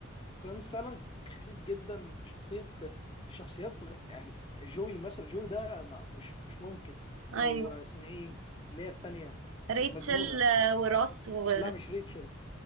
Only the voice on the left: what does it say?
فريندز فعلا خفيف جدا شخصيه الشخصيات غ- يعني جوي مثلا جوي ده ما- مش مش ممكن
او آه، اسمها ايه اللي هي التانيه
المجنونه
لا مش ريتشل